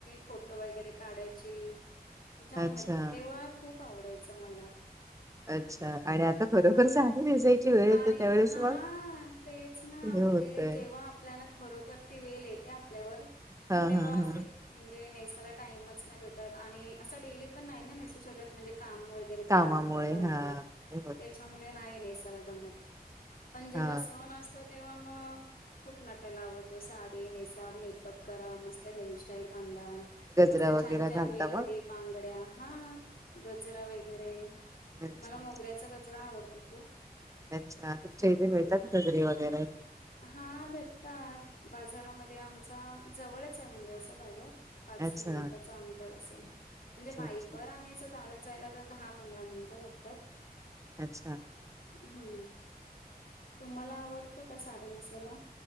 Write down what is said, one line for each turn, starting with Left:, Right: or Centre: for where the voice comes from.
Left: फोटो वगैरे काढायची जाम
Right: अच्छा
Left: तेव्हा खूप आवडायच मला.
Right: अच्छा आणि आता खरोखर
Left: हा
Right: साडी नेसायची वेळ येते
Left: आणि
Right: त्यावेळेस
Left: हा
Right: मग.
Left: तेच ना
Right: हे
Left: म्हणजे
Right: होतय
Left: जेव्हा आप आपल्याना खरोखर ते वेल येते आपल्यावर पण
Right: हा
Left: तेव्हा
Right: हा
Left: असे.
Right: हा
Left: म्हणजे नेसायला टाइमच नाही भेटत आणि असं डेली पण नाही ना नेसू शकत म्हणजे काम व एक तरी
Right: कामामुळे
Left: करायला लागतो घरातला.
Right: हा हे होत
Left: थांबले नाही निसर गंमत पण जेव्हा
Right: हा
Left: सण असत. तेव्हा मग खूप नटायला आवडत साडी नेसा मेकअप करा मस्त हेअरस्टाईल. पणदा
Right: गजरा
Left: मस्त
Right: वगैरे
Left: छान छान
Right: घालता
Left: ज्वेलरी.
Right: मग
Left: बांगड्या हा गजरा वगैरे.
Right: अच्छा
Left: मला मोगऱ्याचा गजरा आवडतो खूप.
Right: अच्छा तुमच्या इथे मिळतात
Left: हम्म
Right: कजरी वगैरे.
Left: हा भेटतात बाजारामध्ये आमचा जवळच आहे म्हणजे असा बाजार. पाच
Right: अच्छा
Left: मिनिटाच अंतर असेल म्हणजे
Right: अच्छा
Left: बाईकवर
Right: अच्छा
Left: आणायचं. चालत जायला तर दहा पंधरा मिनिटं लागतात.
Right: अच्छा!
Left: हम्म तुम्हाला आवडतो का साडी नेसायला.